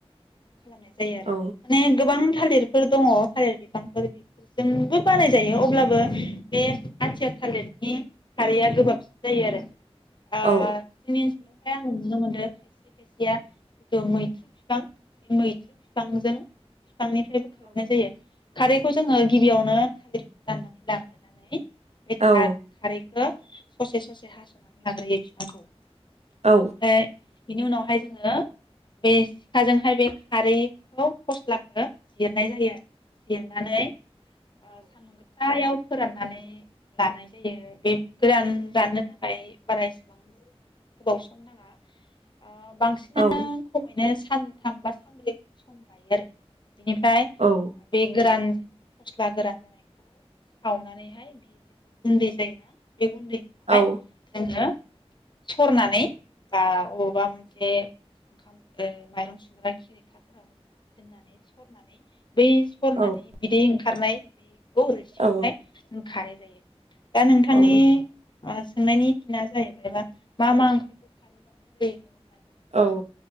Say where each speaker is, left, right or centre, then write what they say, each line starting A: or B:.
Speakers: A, on the left (about 45°); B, on the right (about 85°).
A: खालामनाय जायो आरो
B: औ
A: माने गोबां थालिरफोर दङ थालिर बिबांफोर बेफोरजोंबो बानायजायो अब्लाबो बे आथिया थालिरनि खारैया गोबाबसिन जायो आरो । आ
B: औ
A: <unintelligible> ओमफ्राय आं नुनो मोनो खायसे खायसेया जिथु मैथ्रु बिफां बे मैथ्रु बिफांजों बिफांनिफ्रायबो खालामनाय जायो । खारैखौ जोङो गिबियावनो थालिरखौ दाननानै लाग्रोनानै बे थार
B: औ
A: खार ससे ससे हास'नानै लाग्रोयो बिफांखौ ।
B: औ
A: ओमफ्राय बिनि उनावहाय जोङो बे सिखाजों ओमफ्राय बे खारैखौ फस्लाखौ जिरनाय जायो आरो जिरनानै ओ सान्दुं गोसायाव फोराननानै लानाय जायो बे गोरान राननो थाखाय बारा एसेबांबो गोबाव सम नाङा । बांसिना
B: औ
A: खमैनो सा आ <unintelligible> सानबा सानब्रै सम लायो आरो । बिनिफ्राय
B: औ
A: बे गोरान फस्ला गोरान जानायखौ सावनानैहाय बे जिथु गुन्दै जायोना । बे गुन्दैखौहाय
B: औ
A: जोङो सरनानै बा अबावबा मोनसे <unintelligible> खिरखाफोराव दोननानै सरनानै बै सरनानै
B: औ
A: बिदै ओं खारनाय बे औ रोसिखौहाय
B: औ
A: खारैजों जायो। दा नोंथांनि
B: औ औ
A: सोंनायनि फिना जाहैबायबा मा मा ओंख्रिखौ खारै जानाय जायो।
B: औ।